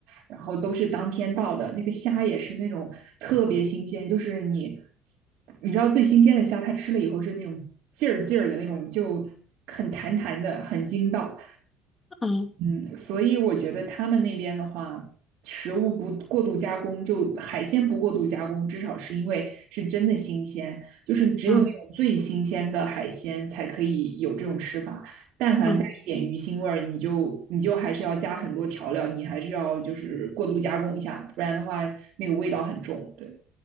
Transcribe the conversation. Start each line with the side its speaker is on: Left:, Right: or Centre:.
Right: 然后都是当天到的。那个虾也是那种特别新鲜，就是你，你知道最新鲜的虾，它吃了以后是那种劲儿劲儿的那种，就很弹弹的，很筋道。
Left: 嗯
Right: 嗯，嗯所以我觉得他们那边的话。食物不过度加工，就海鲜不过度加工，至少是因为是真的新鲜，就是只有那种最新鲜的海鲜才可以有这种吃法。
Left: 嗯
Right: 但凡带一点鱼腥味儿，
Left: 嗯。
Right: 你就你就还是要加很多调料，你还是要就是过度加工一下，不然的话那个味道很重。对，